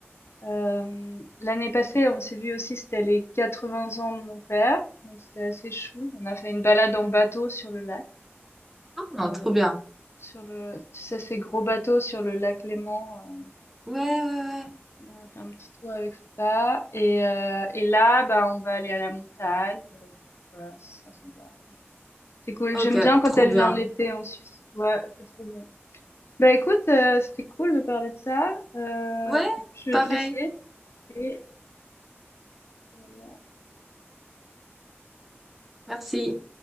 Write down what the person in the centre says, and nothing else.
Ah, trop bien.
Ouais, ouais,
ouais.
Ok,
trop
bien.
Ouais,
pareil.
Merci.